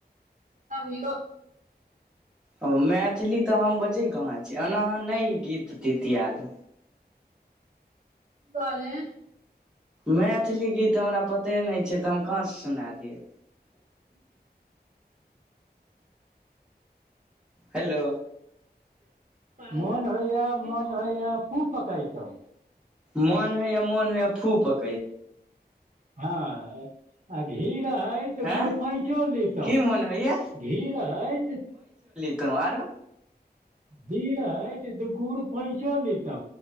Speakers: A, on the right (about 50°); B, in the centre.
A: अबो
B: ओ मैथिली तऽ हम बजै कहाँ छी एनााँ नहि ई गीत तीत याद
A: गाले
B: मैथिली गीत हमरा पते नहि छै तऽ हम कहाँसँ सुना दियै
A: <unintelligible>
B: हेलो
A: मन होइया मन होइया खूब पकतहु
B: मन होइया मोन होए फू पकै छै
A: हँ आे है त
B: हँ
A: गुर पैचो लेत
B: की मोन होइया
A: घी है
B: त आर
A: बीड़ हइट द गूर पैचो लता